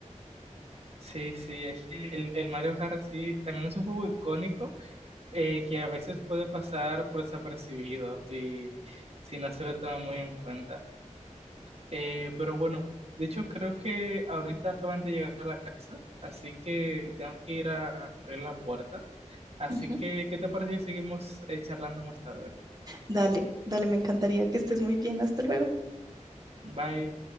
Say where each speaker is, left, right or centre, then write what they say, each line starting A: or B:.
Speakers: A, on the right; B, on the right.
A: Sí, sí, es que el, el Mario Kart sí, también es un juego icónico eh, que a veces puede pasar por desapercibido si, si no se lo toma muy en cuenta. Eh, pero bueno, de hecho creo que ahorita acaban de llegar a la casa, así que tengo que ir a abrir la puerta. Así
B: Ujú.
A: que, ¿qué te parece si seguimos eh, charlando más tarde?
B: Dale, dale, me encantaría que estés muy bien. Hasta luego.
A: Bye.